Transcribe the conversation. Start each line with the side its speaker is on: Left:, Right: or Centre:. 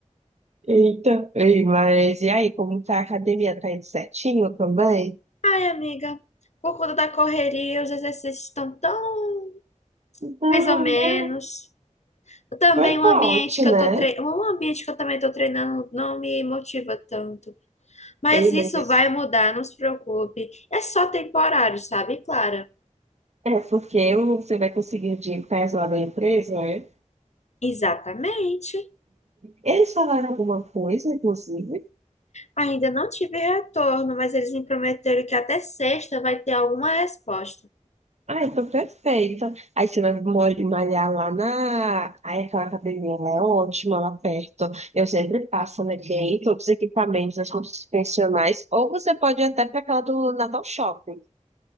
Right: Eita, ei, mas e aí, como tá a academia? Tá indo certinho também?
Left: Ai, amiga, por conta da correria, os exercícios estão tão
Right: Não,
Left: mais ou menos.
Right: né?
Left: Também
Right: Foi
Left: o
Right: forte,
Left: ambiente que
Right: né?
Left: eu tô treinando, um ambiente que eu também tô treinando não me motiva tanto. Mas
Right: Ei,
Left: isso
Right: mas esse-
Left: vai mudar, não se preocupe. É só temporário, sabe, Clara?
Right: é porque você vai conseguir de pés lá na empresa, né?
Left: Exatamente.
Right: Eles falaram alguma coisa, inclusive?
Left: Ainda não tive retorno, mas eles me prometeram que até sexta vai ter alguma resposta.
Right: Ah, então perfeito. Aí você vai mol- malhar lá na. Aí aquela academia, ela é ótima lá perto. Eu sempre passo, né? Tem todos os equipamentos, as coisas funcionais. Ou você pode ir até para aquela do Natal Shopping.